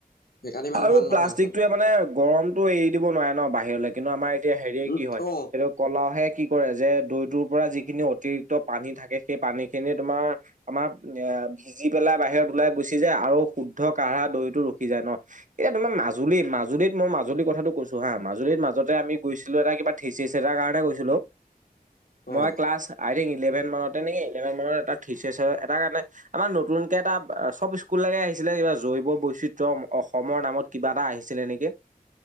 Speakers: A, on the left; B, on the right.
A: সেইকাৰণে ইমান
B: আৰু
A: ভাল
B: প্লাষ্টিকটোৱে
A: নহয় আচলতে
B: মানে গৰমতটো এই দিব নোৱাৰে ন বাহিৰলৈ কিন্তু আমাৰ এতিয়া হেৰিয়ে
A: উম,
B: কি হয়
A: অ',
B: এইটো কলহে কি কৰে যে দৈটোৰ পৰা যিখিনি অতিৰিক্ত পানী থাকে সেই পানী খিনি তোমাৰ। আমাৰ এ' ভিজি পেলাই বাহিৰত ওলাই গুচি যায় আৰু শুদ্ধ কাঢ়া দৈটো ৰখি যায় ন। এতিয়া তোমাৰ মাজুলী- মাজুলীত মই মাজুলীৰ কথাটো কৈছো হা মাজুলীত মাজতে আমি গৈছিলো এটা কিবা। থিচিকচ এটাৰ কাৰণে কৈছিলোঁ মই
A: অ',
B: ক্লাছ। <inaudible> আই থিংক ইলেভন মানতে নেকি ইলেভেন মানত এটা থিচেছ এটা কাৰণে। আমাৰ নতুনকে এটা চব স্কুল লাগে আহি ছিলে কিবা জৈৱ বৈচিত্ৰয় অসমৰ নামত কিবা এটা আহিছিলে নেকি।